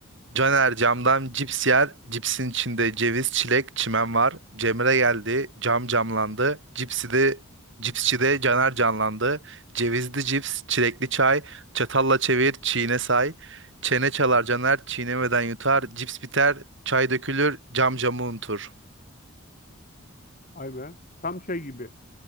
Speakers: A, on the right; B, on the left.
A: Caner camdan cips yer. Cipsin içinde ceviz, çilek, çimen var. Cemre geldi. Cam camlandı. Cipsi de cipsçi de Caner canlandı. Cevizli cips, çilekli çay. Çatalla çevir, çiğne say. Çene çalar Caner, çiğnemeden yutar. Cips biter, çay dökülür, cam camı unutur.
B: Ay be. Tam şey gibi.